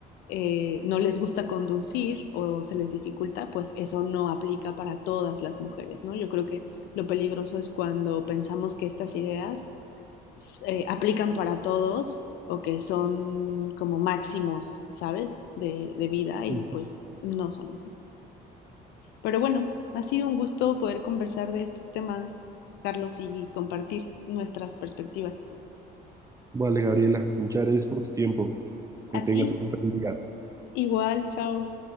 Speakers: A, on the left; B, on the right.
A: eh, no les gusta conducir o se les dificulta, pues eso no aplica para todas las mujeres, ¿no? Yo creo que lo peligroso es cuando pensamos que estas ideas eh, aplican para todos o que son como máximos, ¿sabes? De, de vida y
B: Ujú.
A: pues no son así. Pero bueno, ha sido un gusto poder conversar de estos temas, Carlos, y compartir nuestras perspectivas.
B: Vale, Gabriela, muchas gracias por tu tiempo. Que
A: A
B: tengas
A: ti,
B: un feliz día.
A: igual, chao.